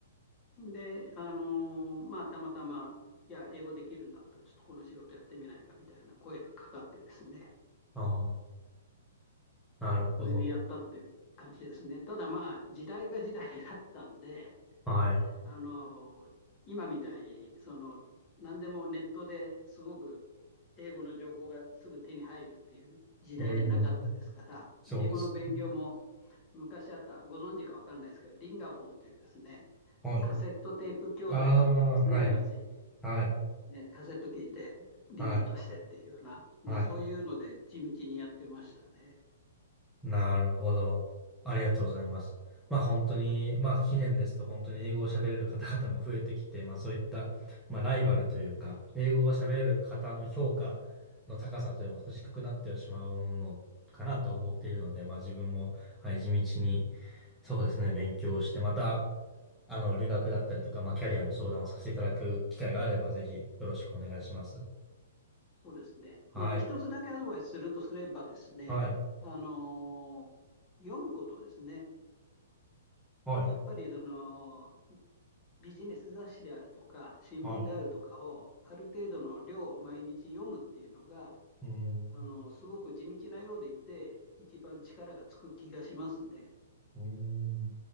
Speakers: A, on the left (about 30°); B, in the centre.
A: で、あのーまあ、たまたま、いや、英語できるんだったら、ちょっとこの仕事やってみないかみたいな声がかかってですね、
B: ああ、なるほど。
A: それでやったという感じですね。ただまあ、時代が時代だったんで、
B: はい。
A: あのー今みたいに、その、何でもネットですごく英語の情報がすぐ手に入るっていう時代じゃなかったですから、
B: うーん。そうですね
A: 英語の勉強も昔あった、ご存知か分かんないですけど、リンガフォンというですね、
B: はい。
A: カセットテープ教材があったんですね、
B: ああ、はい。
A: 昔。
B: はい。
A: ね、カセット聞いて、リピートしてっていうような、
B: はい。
A: だそういうので地道にやってましたね。
B: はい。なるほど。ありがとうございます。まあ本当に、まあ近年ですと本当に英語を喋れる方々も増えてきて、まあそういった、まあライバルというか、英語が喋れる方の評価の高さというのも少し低くなってしまうのかなと思っているので、まあ自分も、はい、地道に、そうですね、勉強して、また、あの、留学だったりとか、まあキャリアの相談をさせていただく機会があれば、ぜひよろしくお願いします。
A: そうですね。まあ、
B: はい。
A: 一つだけアドバイスするとすればですね、
B: はい。
A: あのー読むことですね。
B: はい
A: やっぱりそのビジネス雑誌であるとか、新聞であるとかを、
B: はい。
A: ある程度の量毎日読むっていうのが、
B: うーん。
A: あの、すごく地道なようでいて、一番力がつく気がしますね。
B: うーん。